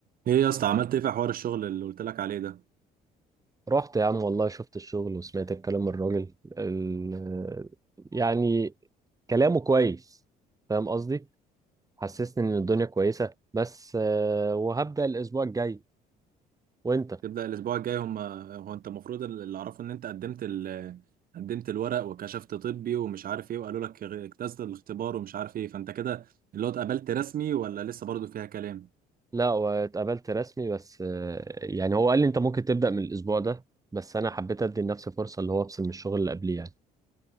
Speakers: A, on the right; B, on the right.
A: ايه يا اسطى عملت ايه في حوار الشغل اللي قلت لك عليه ده
B: رحت يا عم والله شفت الشغل وسمعت الكلام من الراجل ال... يعني كلامه كويس فاهم قصدي حسسني ان الدنيا كويسة بس آه، وهبدأ الاسبوع الجاي وانت
A: تبدأ الاسبوع الجاي هم هو انت المفروض اللي اعرفه ان انت قدمت ال... قدمت الورق وكشفت طبي ومش عارف ايه وقالوا لك اجتزت الاختبار ومش عارف ايه فانت كده اللي هو اتقبلت رسمي ولا لسه برضو فيها كلام
B: لا واتقابلت رسمي بس آه، يعني هو قال لي انت ممكن تبدأ من الاسبوع ده بس انا حبيت ادي لنفسي فرصة اللي هو افصل من الشغل اللي قبليه يعني